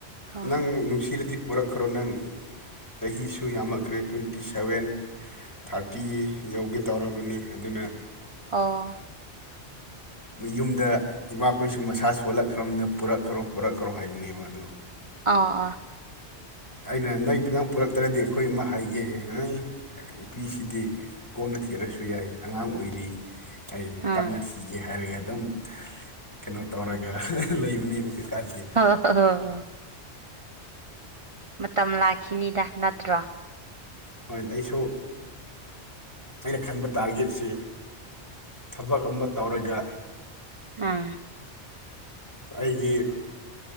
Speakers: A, on the right; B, on the left.
A: ꯑꯣ
B: ꯅꯪ ꯅꯨꯡꯁꯤꯔꯗꯤ ꯄꯨꯔꯛꯈ꯭ꯔꯣ ꯅꯪ ꯆꯍꯤꯁꯨ ꯌꯥꯝꯃꯛꯈ꯭ꯔꯦ ꯇ꯭ꯋꯦꯟꯇꯤ ꯁꯚꯦꯟ ꯊꯥꯔꯇꯤ ꯌꯧꯒꯦ ꯇꯧꯔꯕꯅꯤ ꯑꯗꯨꯅ
A: ꯑꯣ
B: ꯌꯨꯝꯗ ꯏꯃꯥꯈꯣꯏꯁꯨ ꯃꯁꯥ ꯁꯣꯜꯂꯛꯈ꯭ꯔꯕꯅꯤꯗ ꯄꯨꯔꯛꯈ꯭ꯔꯣ ꯄꯨꯔꯛꯈ꯭ꯔꯣ ꯍꯥꯏꯕꯅꯦꯕ ꯑꯗꯨ
A: ꯑꯥ ꯑꯥ
B: ꯑꯩꯅ ꯅꯣꯏꯇꯪ ꯄꯨꯔꯛꯇ꯭ꯔꯗꯤ ꯑꯩꯈꯣꯏ ꯑꯃ ꯍꯥꯏꯒꯦ ꯅꯪ ꯅꯨꯄꯤꯁꯤꯗꯤ ꯀꯣꯟꯅ ꯊꯤꯔꯁꯨ ꯌꯥꯏ ꯑꯉꯥꯡ ꯑꯣꯏꯔꯤ ꯑꯩ
A: ꯎꯝ
B: ꯇꯞꯅꯤ ꯀꯤꯒꯦ ꯍꯥꯏꯔꯒ ꯑꯗꯨꯝ ꯀꯩꯅꯣ ꯇꯧꯔꯒ ꯍꯥ ꯍꯥ ꯂꯩꯕꯅꯦꯕ ꯍꯧꯖꯤꯛꯀꯥꯟꯗꯤ꯫
A: <unintelligible> ꯃꯇꯝ ꯂꯥꯛꯈꯤꯅꯤꯗ ꯅꯠꯇ꯭ꯔꯣ꯫
B: ꯍꯣꯏꯅ ꯑꯩꯁꯨ ꯑꯩꯅ ꯈꯟꯕ ꯇꯥꯔꯒꯦꯠꯁꯤ ꯊꯕꯛ ꯑꯃ ꯇꯧꯔꯒ
A: ꯎꯝ
B: ꯑꯩꯒꯤ